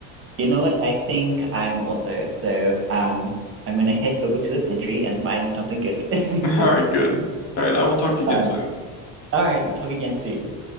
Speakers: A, on the right (about 40°); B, on the left (about 50°).
A: You know what? I think I am also. So, um, I'm gonna head over to the pantry and find something good. <laughs>
B: <laughs> All right, good. All right, I will talk to you again
A: All right.
B: soon.
A: All right. Talk again soon.